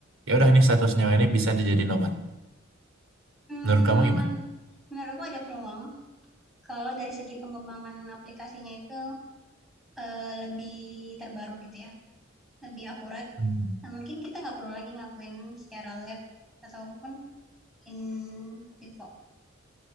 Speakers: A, on the right; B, in the centre.
A: ya udah ini satu senyawa ini bisa dijadiin obat.
B: Hmm,
A: Menurut kamu gimana?
B: men- menurutku ada peluang kalau dari segi pengembangan aplikasinya itu eh, lebih terbaru gitu ya. Lebih akurat.
A: Hmm.
B: Nah, mungkin kita nggak perlu lagi ngakuin secara lab ataupun in vivo.